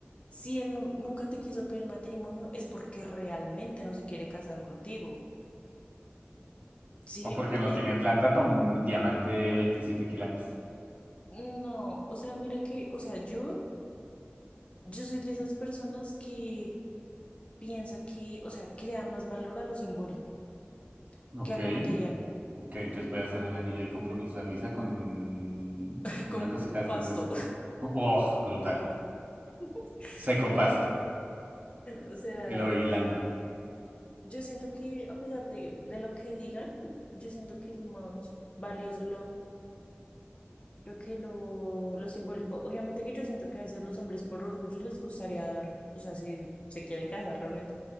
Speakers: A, on the left (about 30°); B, on the right (about 40°).
A: Si él nu- nunca te quiso pedir matrimonio, es porque realmente no se quiere casar contigo, ¿sí?
B: O porque no
A: En-
B: tiene plata para un diamante de 27 quilates.
A: no, o sea, mira que, o sea, yo, yo soy de esas personas que piensa que, o sea, que le da más valor a lo simbólico
B: Ok,
A: que a lo material,
B: ok, entonces voy a hacerle un anillo de compromiso a Luisa con un,
A: <laughs>
B: una
A: con
B: cosita de
A: pasto.
B: estas de los... ¡Oh, brutal!
A: <laughs>
B: Seco pasto.
A: O sea,
B: Y lo voy hilando.
A: yo siento que a pesar de, de lo que digan, yo siento que es más valioso lo que lo, lo simbólico. Obviamente que yo siento que a veces los hombres por orgullo les gustaría dar, o sea, si se quieren casar realmente,